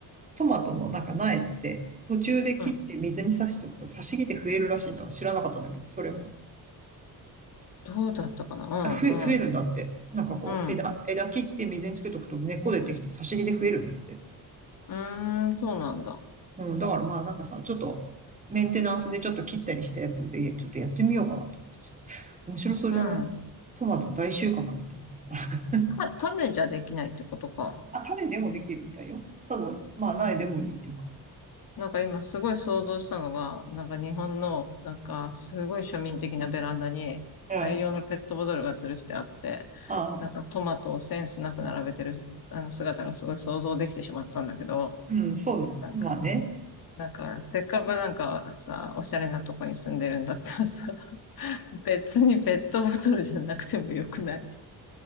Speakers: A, on the right; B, on the left.
A: トマトのなんか苗って途中で切って水に挿しておくと挿し木で増えるらしいんだわ。
B: うん。
A: 知らなかったんだけど、それも。
B: どうだったかなうん、
A: 増え、増えるんだって。
B: うん、
A: なんかこう、
B: うん。
A: 枝、枝切って水につけとくと根っこ出てきて挿し木で増えるんだって。
B: うーん、そうなんだ。
A: うん、だからまあなんかさ、ちょっとメンテナンスでちょっと切ったりしたやつで、ちょっとやってみようかなと思ってさ。面白そうじゃない
B: うん。
A: トマト大収穫みたいなさ。<laughs>
B: た種じゃできないってことか。
A: あ、種でもできるみたいよ。ただ、まあ苗でもいいっていうか。
B: なんか今すごい想像したのが、なんか日本の、なんかすごい庶民的なベランダに大量のペットボトルが吊るしてあって、
A: うん。ああ、
B: なんかトマトをセンスなく並べてるあの姿がすごい想像できてしまったんだけど、
A: うん、そう、
B: なんか、
A: まあね。
B: なんかせっかくなんかさ、おしゃれなとこに住んでるんだったらさ、<laughs> 別にペットボトルじゃなくてもよくない